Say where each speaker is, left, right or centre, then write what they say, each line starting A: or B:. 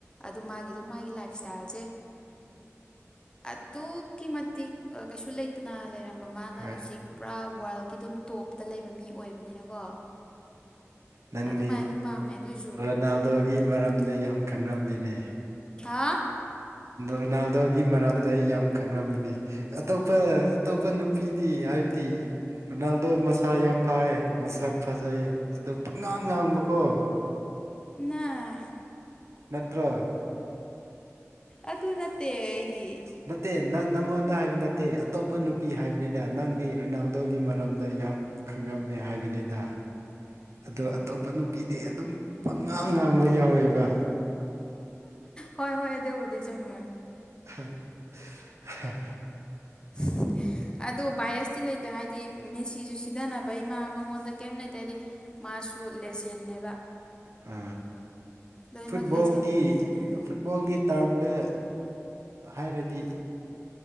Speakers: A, on the left (about 15°); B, on the right (about 65°).
A: ꯑꯗꯨ ꯃꯥꯒꯤ ꯑꯗꯨꯝ ꯃꯥꯒꯤ ꯂꯥꯏꯞꯁ꯭ꯇꯥꯏꯜꯁꯦ ꯑꯗꯨꯛꯀꯤ ꯃꯇꯤꯛ ꯀꯩꯁꯨ ꯂꯩ ꯐꯠꯇꯅ ꯂꯩꯔꯝꯕ ꯃꯥꯅ
B: ꯍꯣꯏ
A: ꯍꯧꯖꯤꯛ ꯄꯨꯔꯥ ꯋꯥꯔꯜꯒꯤ ꯑꯗꯨꯝ ꯇꯣꯞꯇ ꯂꯩꯕ ꯃꯤ ꯑꯣꯏꯕꯅꯤꯅꯀꯣ
B: ꯅꯪꯗꯤ
A: ꯑꯗꯨꯃꯥꯏꯅ ꯑꯗꯨꯝ ꯄꯥꯝꯃꯦ ꯑꯗꯨꯏꯁꯨ
B: ꯔꯣꯅꯥꯜꯗꯣꯒꯤ
A: ꯍꯥ
B: ꯃꯔꯝꯗ ꯌꯥꯝ ꯈꯪꯂꯝꯝꯃꯤꯅꯦ
A: ꯍꯥꯥ
B: ꯔꯣꯅꯥꯜꯗꯣꯒꯤ ꯃꯔꯝꯗ ꯑꯩ ꯌꯥꯝ ꯈꯪꯂꯝꯝꯕꯅꯤ ꯑꯇꯣꯞꯄ ꯑꯇꯣꯞꯄ ꯅꯨ ꯅꯨꯄꯤꯗꯤ ꯍꯥꯏꯕꯗꯤ ꯔꯣꯅꯥꯜꯗꯣ ꯃꯁꯥ ꯌꯥꯝ ꯐꯌꯦ ꯃꯁꯛ ꯐꯖꯩꯌꯦ ꯑꯗꯣ ꯄꯪꯉꯥꯡ ꯉꯥꯡꯕꯀꯣ
A: ꯅ
B: ꯅꯠꯇ꯭ꯔ
A: ꯑꯗꯨ ꯅꯠꯇꯦ ꯑꯩꯗꯤ
B: ꯅꯠꯇꯦ ꯅꯪ ꯅꯪꯉꯣꯟꯗ ꯍꯥꯏꯕ ꯅꯠꯇꯦ ꯑꯇꯣꯞꯄ ꯅꯨꯄꯤ ꯍꯥꯏꯕꯅꯤꯅ ꯅꯪꯗꯤ ꯔꯦꯅꯥꯜꯗꯣꯒꯤ ꯃꯔꯝꯗ ꯌꯥꯝ ꯈꯪꯉꯝꯃꯦ ꯍꯥꯏꯕꯅꯤꯗ ꯑꯗꯣ ꯑꯇꯣꯞꯄ ꯅꯨꯄꯤꯗꯤ ꯑꯗꯨꯝ ꯄꯪꯉꯥꯡ ꯉꯥꯡꯕ ꯌꯥꯎꯋꯦꯕ
A: ꯍꯣꯏ ꯍꯣꯏ ꯑꯗꯨꯕꯨꯗꯤ ꯆꯨꯝꯃꯦ
B: <inaudible>
A: <inaudible> ꯑꯗꯣ ꯚꯥꯏꯁꯇꯤ ꯂꯩꯇꯦ ꯍꯥꯏꯗꯤ ꯃꯦꯁꯤꯁꯨ ꯁꯤꯊꯅꯕ ꯏꯃꯥ ꯃꯉꯣꯟꯗ ꯀꯩꯝ ꯂꯩꯇꯦ ꯍꯥꯏꯗꯤ ꯃꯥꯁꯨ ꯂꯦꯖꯦꯟꯅꯦꯕ
B: ꯑ
A: ꯂꯣꯏꯅꯃꯛ
B: ꯐꯨꯠꯕꯣꯜꯒꯤ
A: ꯂꯦꯖꯦꯟ ꯉꯥꯛꯇꯅꯦ
B: ꯐꯨꯠꯕꯣꯜꯒꯤ ꯇꯥꯔꯝꯗ ꯍꯥꯏꯔꯗꯤ